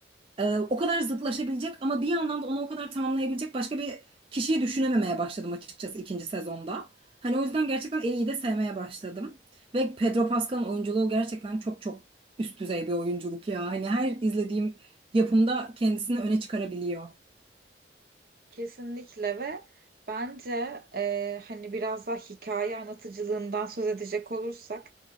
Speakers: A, on the right; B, on the right.
A: ee, o kadar zıtlaşabilecek ama bir yandan da onu o kadar tamamlayabilecek başka bir kişiyi düşünememeye başladım açıkçası ikinci sezonda. Hani o yüzden gerçekten Ellie'yi de sevmeye başladım. Ve Pedro Pascal'ın oyunculuğu gerçekten çok çok üst düzey bir oyunculuk ya. Hani her izlediğim yapımda kendisini öne çıkarabiliyor.
B: Kesinlikle ve bence e, hani biraz daha hikaye anlatıcılığından söz edecek olursak